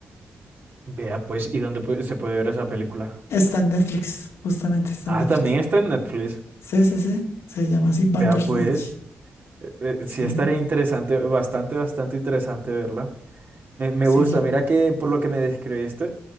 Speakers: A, on the right; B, on the left.
A: Vea pues, ¿y dónde pu- se puede ver esa película?
B: Está en Netflix, justamente está
A: Ah,
B: en Netflix.
A: también está en Netflix.
B: Sí, sí, sí. Se llama así
A: Vea
B: Bandersnatch.
A: pues, eh, eh,
B: Sí.
A: sí estaría interesante, bastante, bastante interesante verla. Me, me
B: Sí,
A: gusta, mira que por lo que me describiste,